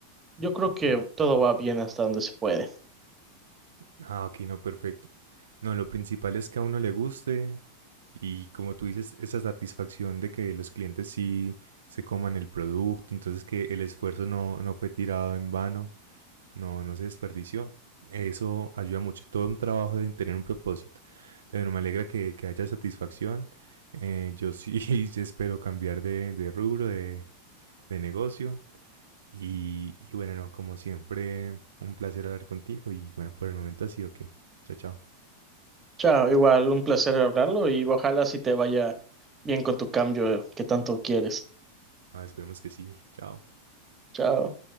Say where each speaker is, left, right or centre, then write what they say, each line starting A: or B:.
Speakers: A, on the right; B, on the right.
A: yo creo que todo va bien hasta donde se puede.
B: Ah, ok, no, perfecto. No, lo principal es que a uno le guste y como tú dices, esa satisfacción de que los clientes sí se coman el producto, entonces que el esfuerzo no, no fue tirado en vano. no, no se desperdició. Eso ayuda mucho. Todo un trabajo de tener un propósito. Pero me alegra que, que haya satisfacción. Eh, yo sí <laughs> yo espero cambiar de, de rubro, de, de negocio. Y, y bueno, no, como siempre, un placer hablar contigo. Y bueno, por el momento ha sido que. Chao, chao.
A: Chao, igual, un placer hablarlo y ojalá si te vaya bien con tu cambio que tanto quieres.
B: Ah, esperemos que sí. Chao.
A: Chao.